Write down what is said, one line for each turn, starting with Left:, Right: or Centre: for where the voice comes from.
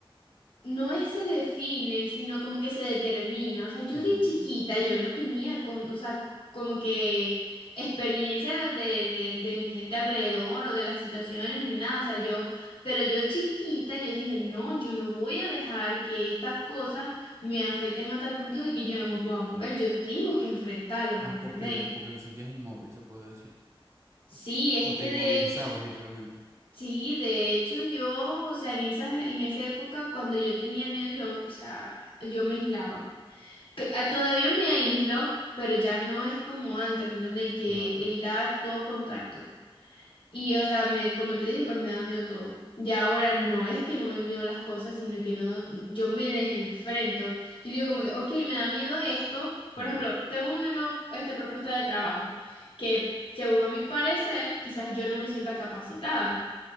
Left: no es se define, sino como que se determina. O sea, yo
Right: Ujú.
Left: de chiquita, yo no tenía, con, o sea, c- como que experiencia de, de, de mi gente alrededor o de las situaciones ni nada. O sea, yo, pero yo chiquita, yo dije, no, yo no voy a dejar que estas cosas me afecten a tal punto de que yo no me pueda mover. Yo tengo que enfrentarlo,
Right: Ah,
Left: ¿me entendéis?
Right: porque, porque te sentías inmóvil, se puede decir.
Left: Sí, es
Right: O
Left: que
Right: te inmovilizabas
Left: de hecho...
Right: literalmente.
Left: Sí, de hecho yo, o sea, en esa, en esa época cuando yo tenía miedo, yo, o sea, yo me aislaba. Que- ah, Todavía me aíslo, pero ya no es como antes, ¿me entiendes? Que
Right: Claro.
Left: evitaba todo contacto. Y, o sea, me, como te dije, pues me da miedo todo. Y ahora no es que no me den miedo las cosas, sino que no, yo me les enfrento. Yo digo como que, ok, me da miedo esto. Por
Right: Ujú.
Left: ejemplo, tengo una nueva, este, propuesta de trabajo que, según a mi parecer, quizás yo no me sienta capacitada